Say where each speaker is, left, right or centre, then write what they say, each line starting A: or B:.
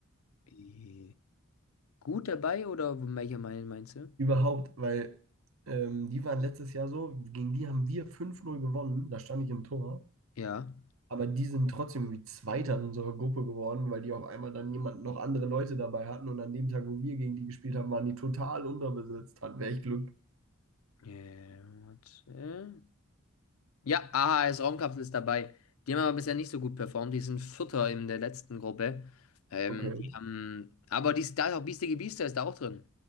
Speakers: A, on the left (about 75°); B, on the right (about 70°).
A: Äh, Gut dabei oder welcher Meinung meinst du?
B: Überhaupt, weil ähm, die waren letztes Jahr so, gegen die haben wir fünf null gewonnen, da stand ich im Tor.
A: Ja.
B: Aber die sind trotzdem wie Zweiter in unserer Gruppe geworden, weil die auf einmal dann jemand noch andere Leute dabei hatten. Und an dem Tag, wo wir gegen die gespielt haben, waren die total unterbesetzt. Hatten wir echt Glück.
A: Äh, warte. Ja, AHS Raumkapsel ist dabei. Die haben aber bisher nicht so gut performt. Die sind Vierter in der letzten Gruppe. Ähm,
B: Okay,
A: die haben, aber die ist da ist auch Biestige Biester ist da auch drin.